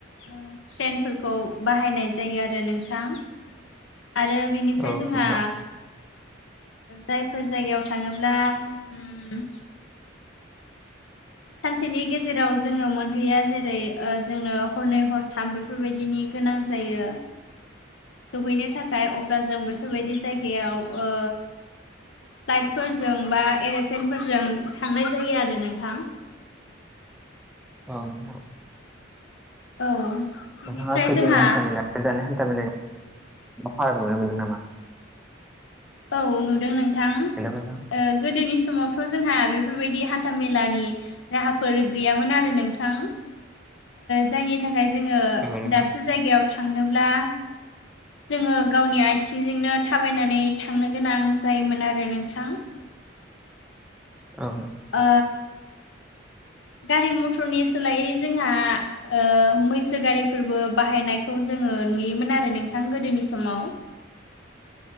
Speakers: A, on the left (about 70°); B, in the centre.
A: ट्रेनफोरखौ बाहायनाय जायो आरो नोंथां। आरो बिनिफ्राय
B: औ नोंथां
A: जोंहा जायफोर जायगायाव थाङोब्ला उम सानसेनि गेजेराव जोङो मोनहैया जेरै ओ जोंनो हरनै हरथाम बेफोर बेफोरबायदिनि गोनां जायो। सहैनो थाखाय अब्ला जों बेफोरबायदि जायगायाव ओ फ्लाइटफोरजों बा एर'प्लेनफोरजों थांनाय जायो आरो नोंथां।
B: औ नोंथां
A: औ
B: नोंथाङा
A: बिनिफ्राय
B: गोदोनि
A: जोंहा
B: हान्था मेला गो दानि हान्था मेलानि मा फाराग नुनो मोनदों नामा?
A: औ नुदों नोंथां।
B: हेल' नोंथां
A: ओ गोदोनि समावथ' जोंहा बेफोरबायदि हान्था मेलानि राहाफोर गैयामोन आरो नोंथां जायनि थाखाय जोङो
B: औ नोंथां
A: दाबसे जायगायाव थांनोब्ला जोङो गावनि आथिंजोंनो थाबायनानै थांनो गोनां जायोमोन आरो नोंथां।
B: औ
A: ओ गारि मथरनि सोलायै जोंहा ओ मैसो गारिफोरबो बाहायनायखौ जोङो नुयोमोन आरो नोंथां गोदोनि समाव।